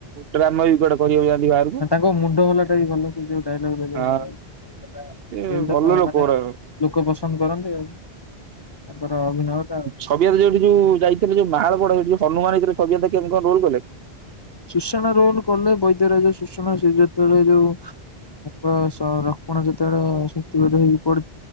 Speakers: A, on the right; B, on the left.
A: ଡ୍ରାମା ବି କୁଆଡେ କରିବାକୁ ଯାନ୍ତି ବାହାରକୁ।
B: ତାଙ୍କ ମୁଣ୍ଡ ହଲା ଟା ବି ଭଲ ସେ ଯୋଉ ଡାଇଲଗ <unintelligible>
A: ଆ ସେ
B: ସେଇଗୁଡା
A: ଭଲ
B: ତ
A: ଲୋକଗୁରା
B: ମାନେ ଲୋକ ପସନ୍ଦ କରନ୍ତି ଆଉ। ତାଙ୍କର ଅଭିନୟ ଟା ଆଉ।
A: କବିରାଜ ଯୋଠି ଯୋଉ ଯାଇଥିଲେ ଯୋଉ ମାହଳ ବଡ ଏ ଯୋଉ ହୁମାନ ହେଇଥିଲେ କବିଆ ତାଟିଆ ବେଙ୍ଗ ରୋଲ କଲେ।
B: ସୁଶମା ରୋଲ କଲେ ବୈଦ୍ୟ ରାଜ ଶୋଷଣ ସେ ଯେତେବେଳେ ଯୋଉ ଲକ୍ଷ୍ମଣ ବିଶୟ ଲକ୍ଷ୍ମଣ ଯେତେ ବେଳେ ଶକ୍ତିବେଦ ହେଇ ପଡି